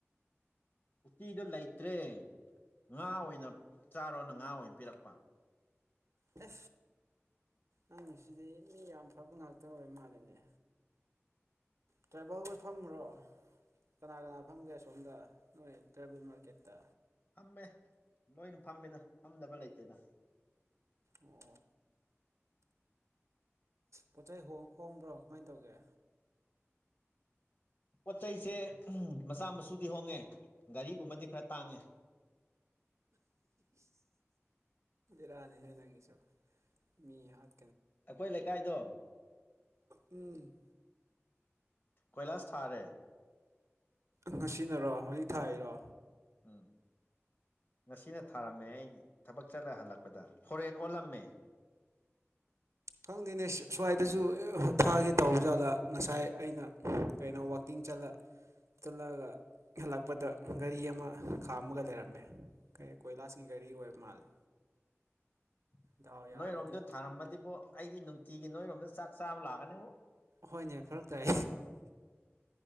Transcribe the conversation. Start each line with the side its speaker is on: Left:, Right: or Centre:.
Left: ꯎꯇꯤꯗꯨꯣ ꯂꯩꯇ꯭ꯔꯦ ꯉꯥ ꯑꯣꯏꯅ ꯆꯥꯔꯣꯅ ꯉꯥ ꯑꯣꯏꯅ ꯄꯤꯔꯛꯄ
Right: ꯁ ꯅꯪꯒꯤꯁꯤꯗꯤ ꯃꯤ ꯌꯥꯝ ꯐꯕ ꯉꯥꯛꯇ ꯑꯣꯏ ꯃꯥꯜꯂꯤꯅꯦ ꯇ꯭ꯔꯥꯏꯕꯦꯜꯒꯤꯐꯝꯔꯣ ꯀꯅꯥ ꯀꯅꯥ ꯐꯝꯒꯦ ꯑꯁꯣꯝꯗ ꯅꯣꯏ ꯇ꯭ꯔꯥꯏꯕꯦꯜ ꯃꯥꯔꯀꯦꯠꯇ
Left: ꯐꯝꯃꯦ ꯂꯣꯏꯅ ꯐꯝꯃꯦꯗ ꯐꯝꯗꯕ ꯂꯩꯇꯦꯗ
Right: ꯑꯣ ꯄꯣꯠ ꯆꯩꯩ ꯍꯣꯡꯕ꯭ꯔꯣ ꯀꯃꯥꯏꯅ ꯇꯧꯒꯦ
Left: ꯄꯣꯠ ꯆꯩꯁꯦ ꯃꯆꯥ ꯃꯁꯨꯗꯤ ꯍꯣꯡꯉꯦ ꯒꯥꯔꯤꯒꯨꯝꯕꯗꯤ ꯈꯔ ꯇꯥꯡꯉꯦ
Right: ꯔꯥꯅꯤꯍꯦ ꯅꯪꯒꯤꯁꯨ ꯃꯤ ꯍꯥꯠ
Left: ꯑꯩꯈꯣꯏ ꯂꯩꯀꯥꯏꯗꯣ
Right: ꯎꯝ
Left: ꯀꯣꯏꯂꯥꯁ ꯊꯥꯔꯦ
Right: ꯉꯁꯤꯅꯔꯣ ꯍꯧꯖꯤꯛ ꯊꯥꯏꯔꯣ
Left: ꯎꯝ ꯉꯁꯤꯅ ꯊꯥꯔꯝꯃꯦ ꯑꯩ ꯊꯕꯛ ꯆꯠꯂ ꯍꯜꯂꯛꯄꯗ ꯐꯣꯔꯦꯟ ꯑꯣꯜꯂꯝꯃꯦ <unintelligible>
Right: ꯈꯪꯗꯦꯅꯦ ꯁ꯭ꯋꯥꯏꯗꯁꯨ ꯊꯥꯒꯦ ꯇꯧꯕ ꯖꯥꯠꯂ ꯉꯁꯥꯏ ꯑꯩꯅ ꯀꯩꯅꯣ ꯋꯥꯛꯀꯤꯡ ꯆꯂ ꯆꯠꯂꯛꯑꯒ ꯍꯜꯂꯛꯄꯗ ꯒꯥꯔꯤ ꯑꯃ ꯈꯥꯝꯃꯒ ꯂꯩꯔꯝꯃꯦ ꯀ ꯀꯣꯏꯂꯥꯁꯀꯤ ꯒꯥꯔꯤ ꯑꯣꯏꯕ ꯃꯥꯜꯂꯦ
Left: <unintelligible>
Right: ꯗꯥꯎ ꯌꯥꯔꯗꯤ
Left: ꯅꯣꯏꯔꯣꯝꯗ ꯊꯥꯔꯝꯃꯗꯤꯕꯣ ꯑꯩꯗꯤ ꯅꯨꯡꯇꯤꯒꯤ ꯅꯣꯏꯔꯣꯝꯗ ꯆꯥꯛ ꯆꯥꯕ ꯂꯥꯛꯀꯅꯦꯕ
Right: ꯍꯣꯏꯅꯦ ꯐꯔꯛ ꯇꯥꯏ